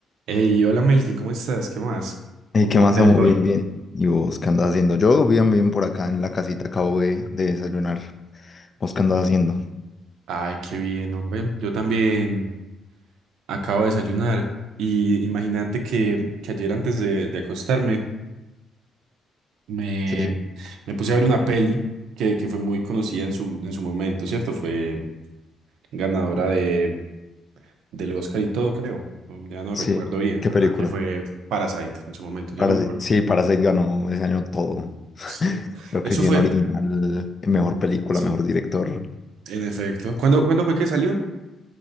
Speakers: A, on the right (about 80°); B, on the left (about 35°).
A: Hey, hola Melkin, ¿cómo estás? ¿Qué más?
B: Hey,
A: ¿Cómo
B: ¿qué más
A: te
B: amo?
A: ha ido
B: Bien,
A: hoy?
B: bien. ¿Y vos qué andas haciendo? Yo bien, bien por acá en la casita, acabo de, de desayunar. ¿Vos qué andas haciendo?
A: Ay, qué bien, hombre. Yo también acabo de desayunar y imagínate que, que ayer antes de, de acostarme me,
B: Sí, sí.
A: me puse a ver una peli que, que fue muy conocida en su, en su momento, ¿cierto? Fue ganadora de, del Oscar y todo, creo. Mm, Ya no
B: Sí,
A: recuerdo bien,
B: ¿qué
A: ajá,
B: película?
A: que fue Parasite en su momento, yo
B: Parasite.
A: no me acuerdo.
B: Sí, Parasite ganó ese año todo.
A: Sí,
B: Creo
A: eso
B: que guión
A: fue,
B: original, mejor película,
A: sí,
B: mejor director.
A: en efecto. ¿Cuándo, cuándo fue que salió?